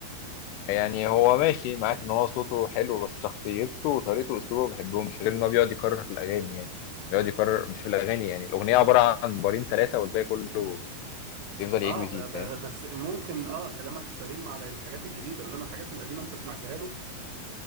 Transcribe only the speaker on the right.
اه
ب
ب بس ممكن اه كلامك سليم على الحاجات الجديده انما الحاجات القديمه انت سمعتها له